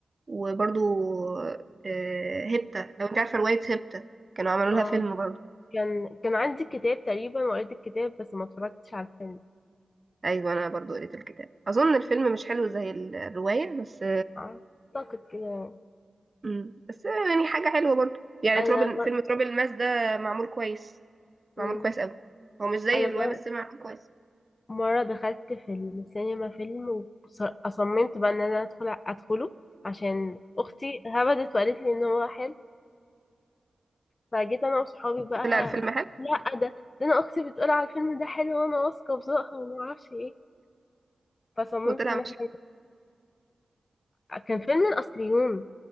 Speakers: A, on the right (about 35°); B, on the left (about 45°).
A: وبرضو آه، هيبتا لو انت عارفة رواية هيبتا كانوا عملوا لها
B: اه
A: فيلم برضو
B: كان كان عندي كتاب تقريبا وقريت الكتاب بس ما اتفرجتش على الفيلم
A: ايوه انا برضو قريت الكتاب اظن الفيلم مش حلو زي ال- الروايه بس
B: اعتقد كده
A: امم بس يعني حاجه حلوه برضو يعني
B: انا
A: تراب الم-
B: ب...
A: فيلم تراب الماس ده معمول كويس معمول
B: مم.
A: كويس قوي هو مش زي
B: انا
A: الروايه
B: مر...
A: بس معمول كويس
B: مره دخلت في السينما فيلم وصممت بقى ان انا ادخل ادخله عشان اختي هبدت وقالت لي ان هو حلو فجيت انا وصحابي بقى
A: طلع الفيلم حلو
B: لا ده ده انا اختي بتقول على الفيلم ده حلو وانا واثقه في ذوقها وما اعرفش ايه فصممت
A: وطلع
B: ان
A: مش
B: احنا
A: حلو
B: كان فيلم الاصليون